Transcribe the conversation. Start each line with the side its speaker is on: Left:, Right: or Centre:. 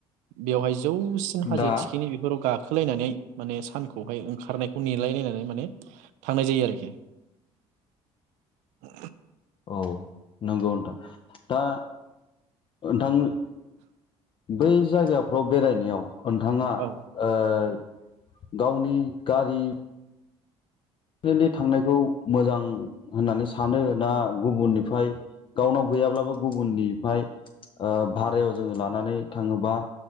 Right: बेवहाय ज जौसिन हाजो
Left: दा
Right: थिखिनि बेफोराव गाख खोलायनानै माने सानखौहाय ओंखारनायखौ नेलायलायनानै माने थांनाय जायो आरोखि। ओ
Left: औ नोंगौ नोंथां दा ओ नोंथां ओ बै जायगाफ्राव बेरायनायाव ओ नोंथाङा
Right: औ
Left: ओ गावनि गारि पारनेलि थांनायखौ मोजां होननानै सानो ना गुबुननिफ्राय गावनाव गैयाब्लाबो गुबुननिफाय ओ भारायाव जोङो लानानै थाङोबा